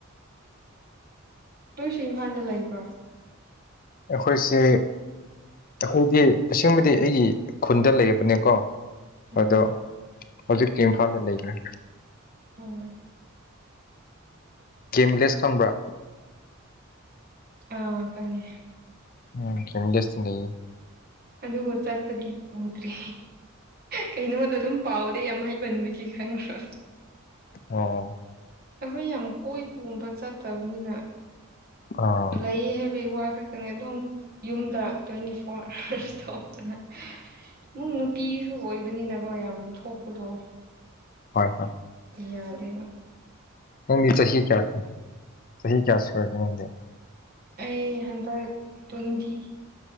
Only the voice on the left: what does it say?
ꯑꯩꯈꯣꯏꯁꯦ ꯑꯩꯈꯣꯏꯗꯤ ꯑꯁꯦꯡꯕꯗꯤ ꯑꯩꯒꯤ ꯈꯨꯟꯗ ꯂꯩꯕꯅꯦꯀꯣ
ꯑꯗꯣ ꯍꯧꯖꯤꯛꯇꯤ ꯏꯝꯐꯥꯜꯗ ꯂꯩꯕꯔꯥ
ꯒꯦꯝ ꯚꯤꯂꯦꯖ ꯈꯪꯕ꯭ꯔꯥ
ꯎꯝ ꯒꯦꯝ ꯚꯤꯂꯦꯖꯇꯤ ꯅꯩꯕꯅꯦ
ꯑꯣ
ꯑꯥ
ꯍꯣꯏ ꯍꯣꯏ
ꯅꯪꯗꯤ ꯆꯍꯤ ꯆꯍꯤ ꯀꯌꯥ ꯆꯍꯤ ꯀꯌꯥꯁꯨꯒꯦ ꯅꯗꯤ